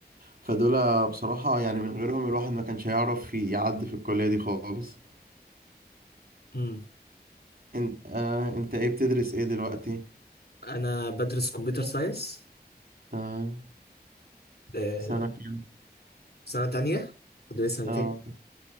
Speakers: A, on the right; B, on the left.
A: فدول بصراحة يعني من غيرهم الواحد ما كانش هيعرف ي- يعدي في الكلية دي خالص
B: امم
A: إن... آه... أنت إيه بتدرس إيه دلوقتي؟
B: انا بدرس كمبيوتر ساينس
A: آه...
B: آه
A: في سنة كام؟
B: سنة تانية فاضل لي سنتين
A: آه